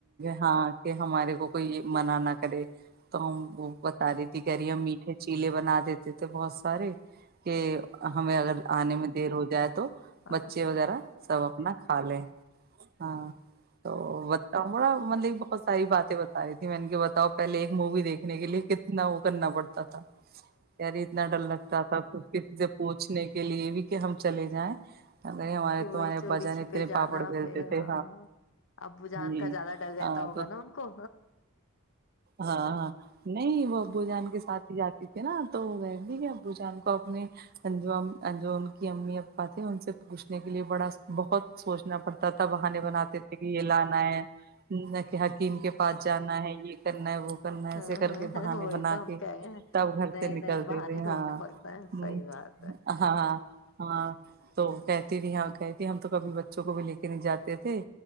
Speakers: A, on the right; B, on the left.
A: ہاں کہ ہمارے کو کوئی منع نہ کرے تو ہم وہ بتا رہی تھی کہہ رہی امی پچیلے بنا دیتے تھے بہت سارے کہ ہمیں اگر آنے میں دیر ہو جائے تو
B: ہاں
A: بچے
B: تو
A: وغیرہ
B: کا پ
A: سب اپنا کھا لے ہاں تو بتاؤوں بڑا مطلب بہت ساری باتیں بتا رہ تھ میں نے کہ بتاؤ پہے ایک مووی دیکنے کے لیے کتنا وہ کرنا پڑتا تھا یاری اتنا ڈر لگتا تھا تو پوچنے کے لیے بھی کہ ہم چلے جائیں ا نہیں ہمارے
B: وہی
A: تمہارے ابا
B: چوگی
A: جان
B: چھپے
A: اتنے
B: جانا
A: پاپڑ بیلتے
B: پھر
A: تھے
B: ہاں ابو جان
A: جی
B: کا زیادہ ڈر
A: ہاں
B: رہتا ہوگا
A: تو
B: نا ان کو
A: ہاں ہاں نہیں وہ ابو جان کے ساتھی جاتی تھی نا تو وہ بی دی کہ ابو جان کو اپنے جو جو ان کی امی اپا تھے ان سے پوچھنے کے لیے بڑا بہت سوچنا پڑتا تھا بہانے بناتے تھے کہ یہ لانا ہے کہ حکیم کے پاس جانا ہے یہ کر وہ ایسے
B: ہاں
A: کر
B: ہاں
A: کے بہانے
B: ہاں وہی
A: بنا
B: تو ہم
A: کے
B: کہہ رہے ہیں
A: تب گھر
B: نئے
A: سے نکلتے
B: نئے بہانے
A: تھے
B: ڈھونڈنے
A: ہاں
B: پڑتے ہیں
A: ہ
B: صحیح بات ہے
A: ہاں ہاں تو کہ بھی ہاں کہتی ہم تو کبھی بچوں کو بھی لے کے نہیں جاتے تھے